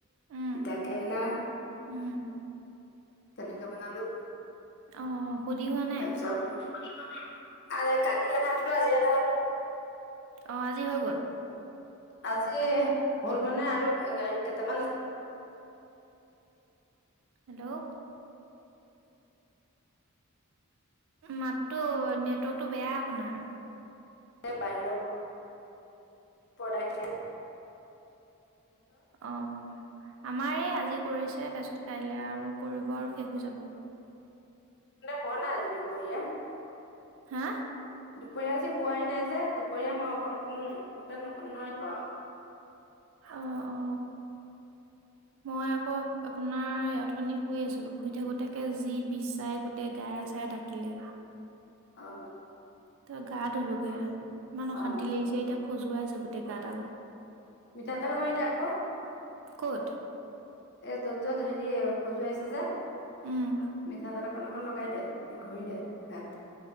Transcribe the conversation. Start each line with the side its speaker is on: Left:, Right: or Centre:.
Right: উম
Left: তিতাকেৰেলা।
Right: উম!
Left: তেনেকে বনালো
Right: অ সুধি হোৱা নাই
Left: তাৰপিছত সুধিব ন কালি এটা সোধোঁ আজি এটা সোধোঁ
Right: অ আজি হৈ গ'ল।
Left: আজি হ'ল মানে আৰু কেইটামান
Right: হেল্ল' মাততো নেটৱৰ্কতটো বেয়া আপোনাৰ
Left: বাহিৰৰ পৰ্দাখিনি
Right: অ আমাৰ এই আজি কৰিছে তাৰপিছত কাইলে আৰু কৰিব আৰু শেষ হৈ যাব
Left: শুৱা নাই আজি দুপৰীয়া
Right: হা
Left: দুপৰীয়া আজি শোৱাই নাই যে দুপৰীয়া মই অকণ শুও ততে নোশু নই খোৱা
Right: অ-অ মই আকৌ আপোনাৰ অথনি শুই আছিলো শুই থাকোতে যি বিচাই গোটেই গাইয়ে-চাইয়ে দাকিলে
Left: অঁ!
Right: ত গা ধুলোগে অকমান
Left: অ
Right: শান্তি লাগিছে এতিয়া খজুৱাই আছে গোটেই গাডাল
Left: মিঠাতেল ঘঁহি দে আকৌ
Right: কত
Left: এই যত হেৰি খজুৱাইছে যে
Right: উম
Left: মিঠাতেল অকন অকন লগাই দে ঘহী দে গাত